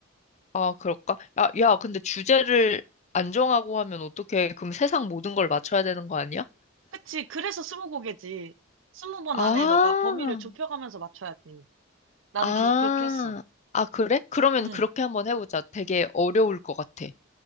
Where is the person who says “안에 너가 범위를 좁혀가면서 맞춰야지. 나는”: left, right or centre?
Right